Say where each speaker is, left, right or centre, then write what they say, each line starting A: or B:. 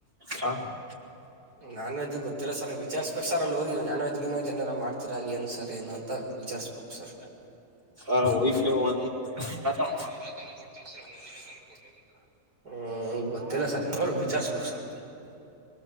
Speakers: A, on the right; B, on the right.
A: ಹಾ
B: ನಾನ್ ವೆಜ್ ಗೊತ್ತಿಲ್ಲ ಸರ್ ವಿಚ್ರಸಬೇಕು ಸರ್ ಅಲ್ಲಿ ಹೋಗಿ ನಾನ್ ವಜ್ ಗಿನ್ ವೆಜ್ ಎನ್ನದ್ರೂ ಮಾಡ್ತಿರ ಏನು ಸರ್ ಏನು ಅಂತ ವಿಚಾರಿಸ್ಬೇಕು ಸರ್
A: ಸ ಟ್ಲ ಒನ್ <unintelligible>
B: ಎಲ್ಲ ತೊಗೊ ಹ್ ಸರ್ ಒಂದು ದಿನ ಕೊಡ್ಲೇ ಬೇಕು ಹ್ಮ್ ಗೊತ್ತಿಲ್ಲ ಸರ್ ನೋಡ್ ವಿಚಾರ್ಸಬೇಕು ಸರ್